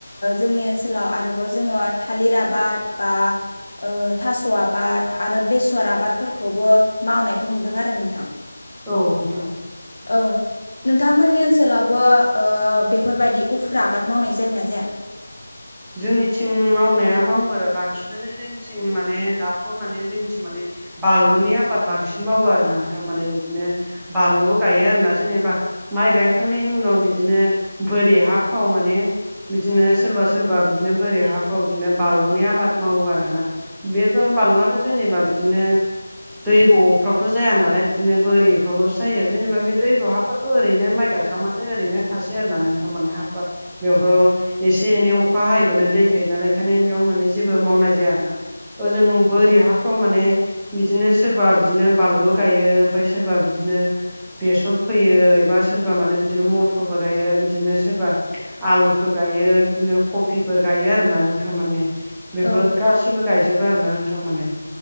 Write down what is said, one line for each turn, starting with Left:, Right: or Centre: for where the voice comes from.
Left: जोंनि ओनसोलाव आरोबाव जोङो थालिर आबाद बा ओ थास' आबाद आरो बेसर आबादफोरखौबो मावनायखौ नुदों आरो नोंथां <inaudible>
Centre: औ नोंथां
Left: औ नोंथांमोननि ओनसोलावबो ओ बेफोरबायदि उफ्रा आबाद मावनाय जायोोना जाया?
Centre: जोंनिथिं मावनाया मावो आरो बांसिनानो जोंथिं माने दाथ' माने जोंनिथिं माने आलुनि आबाद बांसिन मावो आरोना नोंथांमाने बिदिनो बानलु गायो आरोना जेनेबा माइ गायखांनायनि उनाव बिदिनो बोरि हाफ्राव माने बिदिनो सोरबा सोरबा बिदिनो बोरै हाफ्राव बिदिनो बानलुनि आबाद मावो आर ना बेथ' बानलुआथ' जेनेबा बिदिनो दैब'फ्रावथ' जाया नालाय बिदिनो बोरिफ्रावल'सो जायो जेनेबा बे दैब्राव हा थ' ओरैनो माइ गायखांबाथो ओरैनो थासै आरोना नोंथांमोनाने हाफ्रा बेयावथ' एसे एनै अखा हैबानो दै थायो नालाय ओंखायनो बेयाव माने जेबो मावनाय जाया आरोना ओजों बोरै हाफ्राव माने बिदिनो सोरबा बिदिनो बानलु गायो ओमफ्राय सोरबा बिदिनो बेसर फैयो एबा सोरबा मानो बिदिनो मथरबो गायो बिदिनो सोरबा आलुफोर गायो बिदिनो कफिफोर गायो आरोना नोंथा माने बेफोर
Left: औ
Centre: गासिबो गायजोबो आरो ना नोंथां माने।